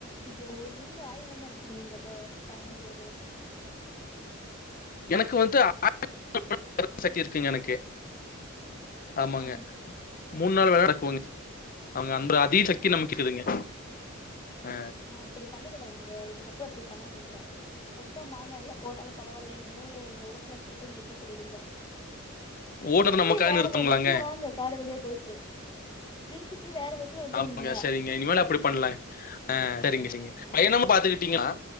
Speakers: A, on the left (about 20°); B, on the left (about 45°).
A: ஓ நீங்க ஆய வந்து என்ன பண்ணுவீங்கப்போ பயணம் போது
B: எனக்கு வந்து <unintelligible> சக்தி இருக்குங்க எனக்கு ஆமாங்க
A: ஆ
B: மூணு நாள் வேலை நடக்குவங்க அவங்க அந்த அதீத சக்தி நமக்கு இருக்குதுங்க ஆ
A: அப்படி பண்ணக்கூடாதுங்க இதுக்கப்புறோ அப்பிடி பண்ணாதீங்க கே வெக்கோ மானல்லா போனாலு பரவால்லேன்னு ஓட்டுநர் கிட்ட நிறுத்த சொல்லிடுங்க நிறுத்துட்டு
B: ஓனர் நமக்காக
A: வேற
B: நிறுத்துங்களாங்க
A: பஸ்ல வாங்க காடை வழியா போயிட்டு நிருத்துட்டு வேற பஸ்ல வந்துருங்க
B: ஆமாங்க சரிங்க இனிமேல அப்படி பண்ணலாங்க
A: அப்படி
B: ஆ
A: பண்ணிக்கோங்க
B: சரிங்க சரிங்க பயணம்
A: ஆமா
B: பாத்துக்கிட்டீங்கன்னா